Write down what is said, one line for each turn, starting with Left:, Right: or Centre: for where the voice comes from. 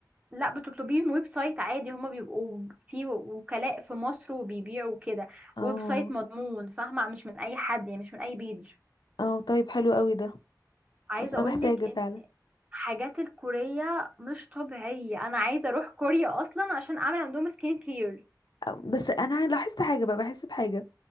Right: لا بتطلبيه من ويب سايت عادي هما بيبقوا في وكلاء في مصر وبيبيعوا كده
Left: اه
Right: ويب سايت مضمون فاهمة مش من أي حد يعني مش من أي بيج
Left: اه طيب حلو قوي ده
Right: عايزة
Left: اصل
Right: أقولك
Left: انا محتاجة
Right: إن
Left: فعلا
Right: حاجات الكورية مش طبيعية أنا عايزة أروح كوريا أصلا عشان أعمل عندهم سكين كير
Left: أو- بس انا لاحظت حاجة بقى بحس بحاجة